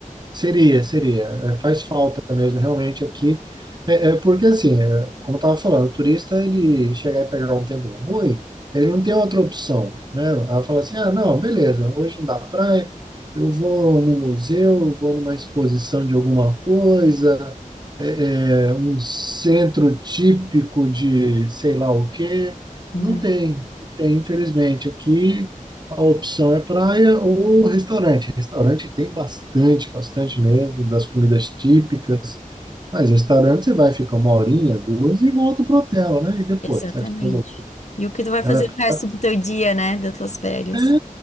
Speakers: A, on the right; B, on the left.
A: Seria, seria. É, faz falta mesmo, realmente, aqui. É, é porque, assim, é, como eu estava falando, o turista, ele chegar e pegar um tempo ruim, ele não tem outra opção, né? Ela fala assim, ah, não, beleza, hoje não dá praia, eu vou no museu, eu vou numa exposição de alguma coisa, é, é, um centro típico de sei lá o quê.
B: Uhum,
A: Não tem, não tem, infelizmente. Aqui a opção é praia ou restaurante. Restaurante tem bastante, bastante mesmo, das comidas típicas. Mas restaurante você vai ficar uma horinha, duas e volta pro hotel, né? E depois,
B: exatamente.
A: você vai fazer o-
B: E o que tu vai fazer
A: Ah,
B: no resto
A: tá
B: do teu dia, né? Das tuas férias?
A: é,